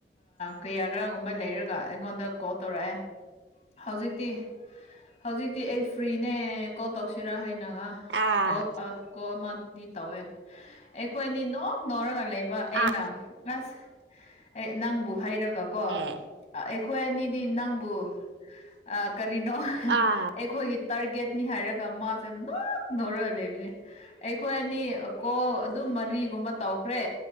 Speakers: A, on the left; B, on the right.
A: ꯀꯌꯥꯔꯛꯒꯨꯝꯕ ꯂꯩꯔꯒ ꯑꯩꯉꯣꯟꯗ ꯀ ꯇꯧꯔꯛꯑꯦ ꯍꯧꯖꯤꯛꯇꯤ ꯍꯧꯖꯤꯛꯇꯤ ꯑꯩ ꯐ꯭ꯔꯤꯅꯦ ꯀꯣꯜ ꯇꯧꯁꯤꯔꯥ ꯍꯥꯏꯅ
B: ꯑꯥ
A: ꯀꯣꯜ ꯑ ꯀꯣꯜ ꯑꯃꯗꯤ ꯇꯧꯋꯦ ꯑꯩꯈꯣꯏꯅꯤ ꯅꯣꯛ ꯅꯣꯛꯔꯒ ꯂꯩꯕ ꯑꯩꯅ
B: ꯑꯥ
A: ꯑꯁ ꯑꯦ ꯅꯪꯕꯨ ꯍꯥꯏꯔꯒ ꯀꯣ
B: ꯑꯦ
A: ꯑꯩꯈꯣꯏ ꯑꯅꯤꯗꯤ ꯅꯪꯕꯨ ꯑ ꯀꯔꯤꯅꯣ?
B: ꯑꯥ
A: ꯑꯩꯈꯣꯏꯒꯤ ꯇꯥꯔꯒꯦꯠꯅꯤ ꯍꯥꯏꯔꯒ ꯃꯥꯁꯦ ꯅꯣꯛ ꯅꯧꯔꯒ ꯂꯩꯕꯅꯦ ꯑꯩꯈꯣꯏ ꯑꯅꯤ ꯀꯣ ꯑꯗꯨꯝ ꯃꯔꯤ ꯨꯒꯨꯝꯕ ꯇꯧꯈ꯭ꯔꯦ